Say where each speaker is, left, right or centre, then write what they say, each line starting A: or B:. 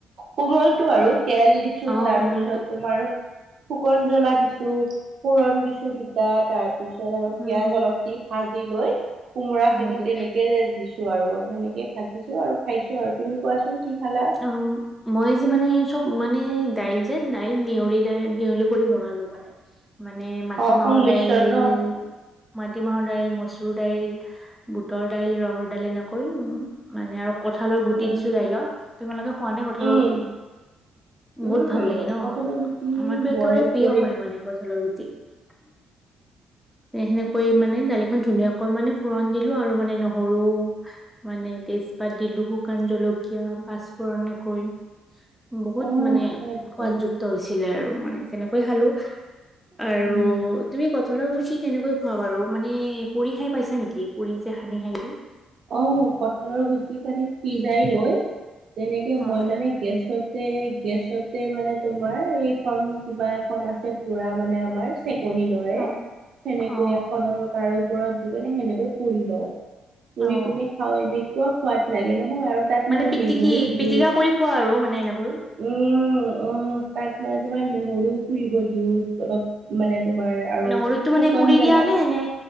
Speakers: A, on the right (about 60°); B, in the centre.
A: কোমলটো আৰু তেল দিছো
B: অ
A: তাৰপিছত
B: কোমলটো
A: তোমাৰ শুকান জ্বলা দিছো ফোৰণ দিছো দু তাৰ পিছত আৰু
B: উম
A: পিয়াজ অলপ দি ভাজি লৈ কোমোৰাখিনি
B: হয় দিয়া
A: তেনেকে দিছো আৰু সেনেকে ভাজিছো আৰু খাইছো আৰু তুমি কোৱাচোন কি খালা
B: অ মই যে মানে চব মানে দাইল যে, দাইল মিহলি দাইল মিহলি কৰি বনালোঁ মানে। মানে মাটিমাহৰ
A: অ সংমিশ্ৰণ
B: দাইল
A: ন
B: মাটিমাহৰ দাইল মচুৰ দাইল বুটৰ দাইল ৰহৰ দাইল এনেকৈ উ মানে আৰু কঁঠালৰ গুটি
A: উম
B: দিছো দাইলত তোমালোকে খোৱা নে কঁঠালৰ
A: উম
B: গুটি?
A: উম
B: বহুত ভাল লাগে ন।
A: কঠালৰ গুটি
B: আমাৰতো একেবাৰে
A: বইল
B: প্ৰিয়
A: কৰি
B: হয় মানে কঁঠালৰ গুটি। উ তে সেনেকৈ মানে দালিখন ধুনীয়াকৈ মানে ফুৰণ দিলো আৰু মানে নহৰু মানে তেজপাত দিলো শুকান জলকীয়া পচফোৰণকৈ বহুত
A: অ
B: মানে
A: আচ্ছা আচ্ছা
B: সোৱাদযুক্ত হৈছিলে আৰু মানে তেনেকা কৈ খালোঁ আৰু
A: উম
B: তুমি কঁঠালৰ গুটি কেনেকৈ খোৱা বাৰু মানে পুৰি খাই পাইছা নেকি? পুৰি যে সান্দি খাই যে?
A: অ কঠালৰ গুটি পানে সিজাই লৈ তেনেকে
B: অ
A: মই
B: কেনে
A: মানে গেছত তে গেছতে মানে তোমাৰ এইখন কিবা এখন আছে পুৰা মানে আমাৰ চেকনীৰ দৰে
B: অ
A: সেনেকৈ
B: অ
A: এখনৰ তাৰ ওপৰত দি সেনেকৈ পুৰি লওঁ। কৰি
B: অ
A: পিনে খাওঁ এনেকুৱা সোৱাদ লাগে নহয় আৰু তাত মানে
B: পিটিকি
A: নেহৰু দিও
B: পিটিকা কৰি খোৱা আৰু মানে এনেকৈ
A: উম অ তাত মানে তোমাৰ নহৰু পুৰিব দিওঁ অলপ মানে তোমাৰ আৰু
B: নহৰুতো
A: শুকন
B: মানে পুৰি
A: জ্বালা
B: দিয়া নে নে